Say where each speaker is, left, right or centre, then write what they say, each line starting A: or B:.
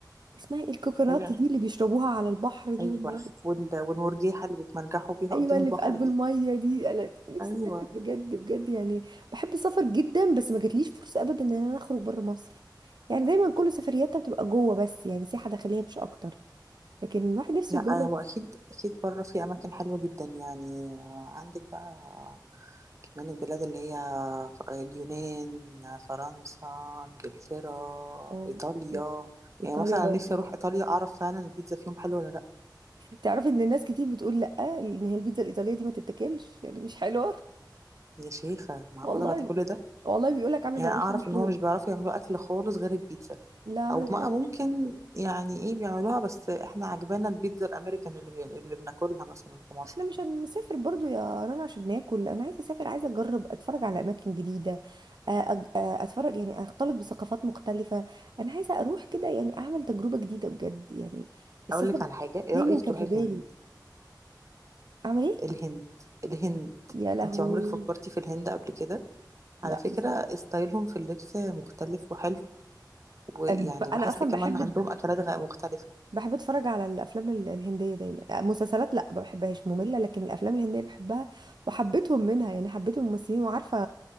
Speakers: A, on the right (about 70°); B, on the right (about 40°).
A: اسمها ايه الكوكونات
B: ايوه
A: دي اللي بيشربوها على البحر دي
B: ايوه
A: هم
B: وال... والمرجيحه اللي بيتمرجحوا بيها
A: ايوه
B: قدام
A: اللي
B: البحر
A: في قلب
B: دي
A: الميه دي انا نفسي
B: ايوه
A: اسافر بجد بجد يعني بحب السفر جدا بس ما جاتليش فرصه ابدا ان انا اخرج بره مصر يعني دايما كل سفرياتنا بتبقى جوه بس يعني سياحه داخليه مش اكتر لكن الواحد نفسه
B: لا
A: يجرب
B: هو اكيد اكيد بره في اماكن حلوه جدا يعني آه، عندك بقى كمان البلاد اللي هي ف- اليونان فرنسا انجلترا
A: اه
B: ايطاليا
A: بجد. ايطاليا
B: يعني مثلا
A: برضو
B: أنا نفسي اروح ايطاليا اعرف فعلا البيتزا فيهم حلوه ولا لا
A: تعرفي ان الناس كتير بتقول لا ان هي البيتزا الايطاليه دي ما تتاكلش يعني مش حلوه
B: يا شيخه معقوله
A: والله
B: بعد كل ده
A: والله بيقول لك عامله
B: يعني
A: زي العيش
B: أنا اعرف
A: المحروق
B: ان هو مش بيعرفوا يعملوا اكل خالص غير البيتزا
A: لا عامله
B: او بقى
A: زي
B: ممكن يعني ايه بيعملوها بس احنا عجبانا البيتزا الامريكان اللي بي... اللي بناكلها مثلا في مصر
A: احنا مش
B: دي
A: هنسافر برضو يا رنا عشان ناكل انا عايزه اسافر عايزه اجرب اتفرج على اماكن جديده آه، أج- آه، اتفرج يعني اختلط بثقافات مختلفه انا عايزه اروح كده يعني اعمل تجربه جديده بجد يعني السفر
B: اقول لك على حاجه ايه
A: دايما
B: رايك
A: كان
B: تروحي
A: في
B: الهند
A: بالي اعمل ايه
B: الهند الهند
A: يا لهوي
B: انت عمرك فكرتي في الهند قبل كده على
A: لا
B: فكره
A: بصراحه
B: ستايلهم في اللبس مختلف وحلو ويعني
A: انا بتف... انا
B: بحس
A: اصلا
B: كمان
A: بحب
B: عندهم اكلات غ- مختلفه
A: بحب اتفرج على الافلام ال- الهنديه دايما آه، مسلسلات لا ما بحبهاش ممله لكن الافلام الهنديه بحبها وحبيتهم منها يعني حبيت الممثلين وعارفه